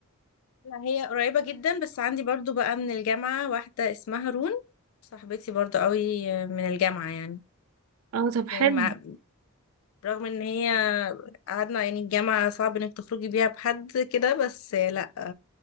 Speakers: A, on the left; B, on the right.
A: لا هي قريبة جدا بس عندي برضو بقى من الجامعة واحدة اسمها رون صاحبتي برضو قوي من الجامعة يعني
B: اه طب حلو
A: يعني مع- رغم ان هي قعدنا يعني الجامعة صعب انك تخرجي بيها بحد كده بس لا